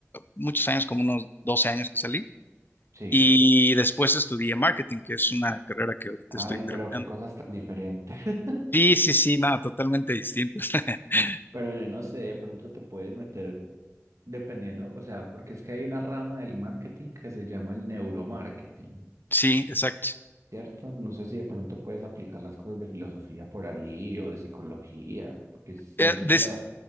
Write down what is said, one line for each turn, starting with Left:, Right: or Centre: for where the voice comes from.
Left: muchos años, como unos 12 años que salí.
Right: Sí.
Left: Y después estudié marketing, que es una carrera que ahorita
Right: Ay,
Left: estoy terminando.
Right: pero qué cosas tan diferentes. <laughs>
Left: Sí, sí, sí, nada, totalmente distinto. <laughs>
Right: Pero yo no sé, de pronto te puedes meter dependiendo, o sea, porque es que hay una rama del marketing que se llama el neuromarketing.
Left: Sí, exacto.
Right: ¿cierto? No sé si de pronto puedes aplicar las cosas de filosofía por ahí o de psicología, porque siento
Left: Eh, des-
Right: que la,